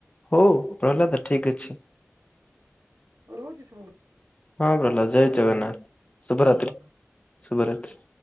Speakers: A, on the left; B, on the right.
A: ହଉ ପ୍ରହ୍ଲାଦ ଠିକ୍ ଅଛି।
B: ରହୁଛି ସ୍।
A: ହଁ ପ୍ରହଲ୍ଲାଦ ଜୟ ଜଗନ୍ନାଥ ଶୁଭରାତ୍ରି
B: ଜୟ ଜଗନ୍ନାଥ
A: ଶୁଭରାତ୍ରି।